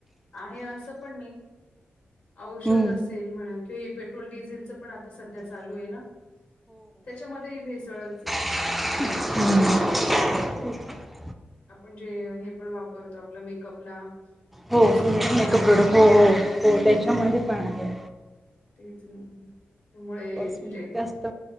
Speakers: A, on the left; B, in the centre.
A: आहे असं पण नाही औषध
B: हम्म.
A: असेल म्हणा किंवा हे पेट्रोल डिझेलचं पण आता सध्या चालू आहे ना? त्याच्यामध्ये ह भेसळच आहे.
B: हम्म
A: आपण जे हे पण वापरतो आपलं मेकअपला
B: हो
A: कॉस्मेटिक वगैरे
B: मेकअप
A: घेतो
B: प्रोडक्ट हो हो हो त्याच्यामध्ये पण आहे.
A: तेच ना. त्यामुळे
B: पस
A: म्हणजे
B: जास्त.